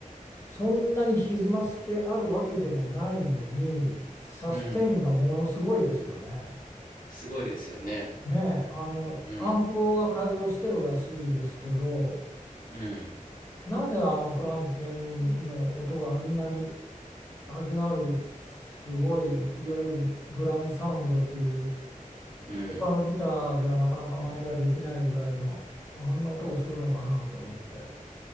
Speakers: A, on the left; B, on the left.
A: そんなに歪ませてあるわけでもないのにサステインがものすごいですよね。
B: うん。すごいですよね。
A: ねえ、あのアンプは改造してるらしいですけど
B: うん、うん、
A: なぜあのフランケンの音があんなに味のあるすごいいわゆるブラウンサウンドっていう
B: うん。
A: 他のギターではなかなか真似ができないぐらいのあんな音がするのかなと思って。